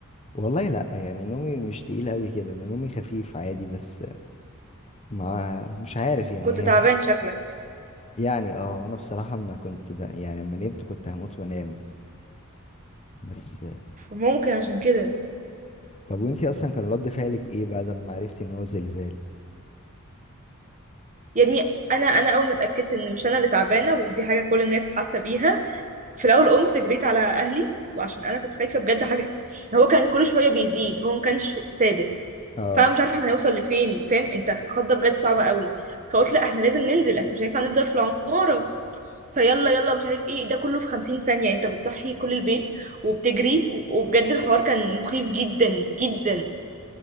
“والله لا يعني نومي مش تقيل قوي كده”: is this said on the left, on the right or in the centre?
Left